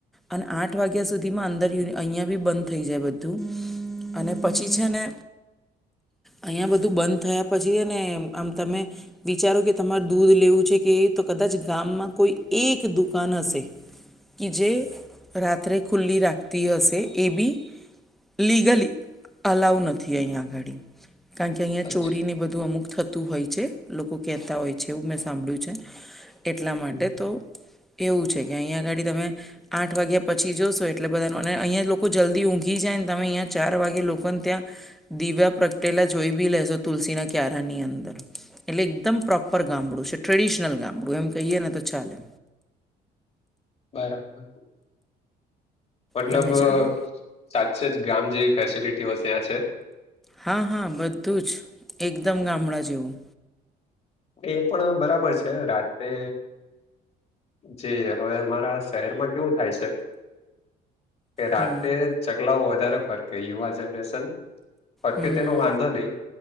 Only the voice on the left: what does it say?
અચ્છા
હમ
બરાબર મતલબ
સાચે જ ગામ જેવી ફેસિલિટીઓ ત્યાં છે
એ પણ બરાબર છે રાતે જે હવે અમારા શહેરમાં કેવું થાય છે કે રાતે
ચગલાઓ વધારે ફરકે યુવા જનરેશન ફરકે
તેનો વાંધો નહીં